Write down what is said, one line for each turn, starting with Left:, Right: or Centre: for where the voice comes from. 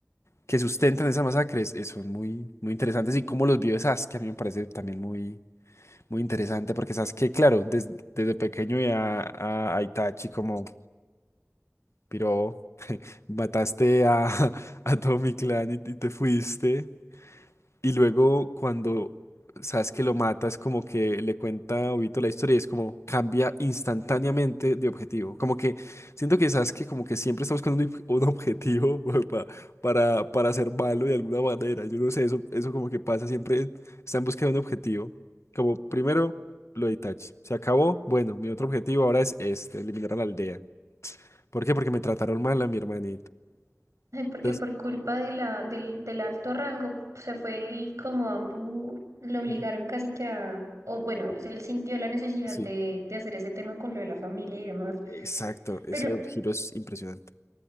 Left: que sustentan esa masacre es- es- son muy, muy interesantes y cómo los vive Sasuke a mí me parece también muy, muy interesante porque Sasuke, claro, des- desde pequeño ya a, a Itachi como, piro, mataste a, <laughs> a todo mi clan y, y te fuiste. Y luego cuando sabes que lo mata, es como que le cuenta a Obito la historia y es como cambia instantáneamente de objetivo. Como que siento que sabes que como que siempre está buscando un, ob- un objetivo <laughs> pa- para, para ser malo de alguna manera. Yo no sé, eso, eso como que pasa, siempre está en busca de un objetivo. Como primero lo de Itachi. Se acabó, bueno, mi otro objetivo ahora es este, eliminar a la aldea. ¿Por qué? Porque me trataron mal a mi hermanito.
Right: Ay, porque
Left: Entonces,
Right: por culpa de la, del, del alto rango se fue y como Ambu lo obligaron
Left: Ujú.
Right: casi que a, o bueno, él sintió la necesidad
Left: Sí.
Right: de, de hacer ese tema con lo de la familia y demás,
Left: exacto, ese
Right: pero,
Left: giro es impresionante.